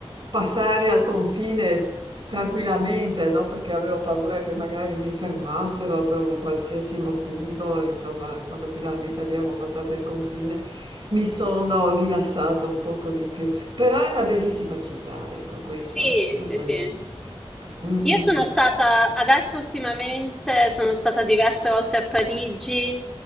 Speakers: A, on the right; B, in the centre.
A: passare al confine. Tranquillamente, no? Perché avevo paura che magari mi fermassero per un qualsiasi motivo, insomma, quando finalmente abbiamo passato il confine, mi sono rilassata un poco di più, però è una bellissima città, ecco, questo
B: Sì,
A: non
B: sì,
A: volevo.
B: sì.
A: Mm,
B: Io
A: mm,
B: sono
A: mm.
B: stata, adesso ultimamente, sono stata diverse volte a Parigi